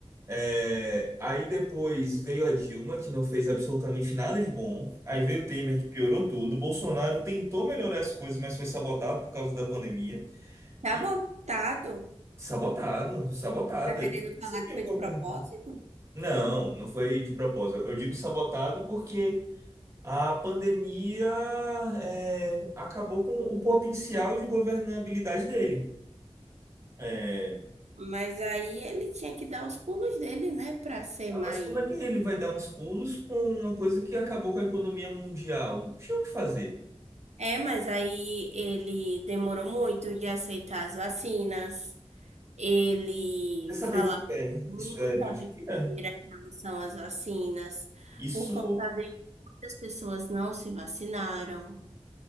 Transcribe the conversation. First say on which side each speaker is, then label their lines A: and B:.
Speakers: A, on the right; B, on the right.
A: É, aí depois veio a Dilma, que não fez absolutamente nada de bom. Aí veio o Temer, que piorou tudo. Bolsonaro tentou melhorar as coisas, mas foi sabotado por causa da pandemia.
B: Tá
A: E
B: botado.
A: sabotado, sabotado.
B: Tá querendo
A: Ele não
B: falar
A: conseguiu
B: que foi
A: governar.
B: de propósito?
A: Não, não foi de propósito. Eu digo sabotado porque a pandemia é, acabou com o potencial de governabilidade dele. É,
B: Mas aí ele tinha que dar os pulos dele, né, pra ser
A: ah,
B: mãe.
A: mas como é que ele vai dar uns pulos com uma coisa que acabou com a economia mundial? Não tinha o que fazer.
B: É, mas aí ele demorou muito de aceitar as vacinas. Ele
A: Você
B: falava
A: sabia que é,
B: muita
A: isso é mentira?
B: besteira em relação às vacinas.
A: Isso,
B: Por conta de muitas pessoas não se vacinaram.